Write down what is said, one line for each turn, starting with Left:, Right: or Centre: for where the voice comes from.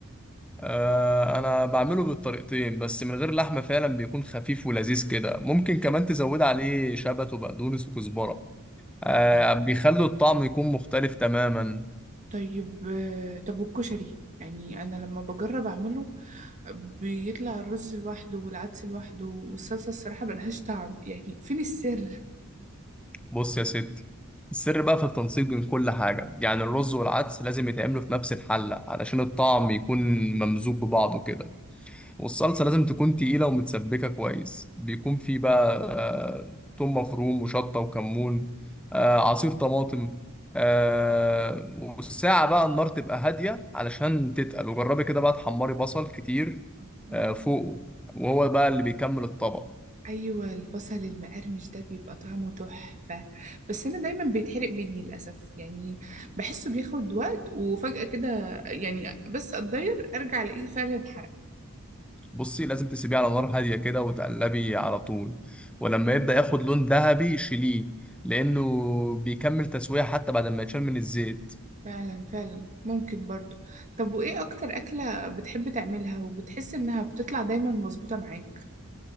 Centre: آه انا بعمله بالطريقتين بس من غير لحمه فعلا بيكون خفيف ولذيذ كده ممكن كمان تزود عليه شبت وبقدونس وكزبره آه
Right: آه.
Centre: بيخلوا الطعم يكون مختلف تماما
Right: طيب آه، طب والكشري؟ يعني أنا لما بجرب أعمله بيطلع الرز لوحده والعدس لوحده والصلصة الصراحة ملهاش طعم يعني فين السر؟
Centre: بص يا ستي السر بقى في التنسيق بين كل حاجة يعني الرز والعدس لازم يتعملوا في نفس الحلة علشان الطعم يكون ممزوج ببعضه كده والصلصة لازم تكون تقيلة ومتسبكة كويس بيكون في بقى آه، توم مفروم وشطة وكمون آه، عصير طماطم آه، والساعة بقى النار تبقى هادية علشان تتقل وجربي كده بقى تحمري بصل كتير
Right: الله.
Centre: آه، فوقه وهو بقى اللي بيكمل الطبق
Right: أيوة البصل المقرمش ده بيبقى طعمه تحفة بس أنا دايما بيتحرق مني للأسف يعني بحسه بياخد وقت وفجأة كده يعني بس أتضير أرجع ألاقيه فعلا اتحرق
Centre: بصي لازم تسيبيه على نار هادية كده وتقلبي على طول ولما يبدأ ياخد لون ذهبي شيليه لأنه بيكمل تسوية حتى بعد ما يتشال من الزيت
Right: فعلا فعلا ممكن برضو طب وإيه أكتر أكلة بتحب تعملها وبتحس إنها بتطلع دايما مظبوطة معاك؟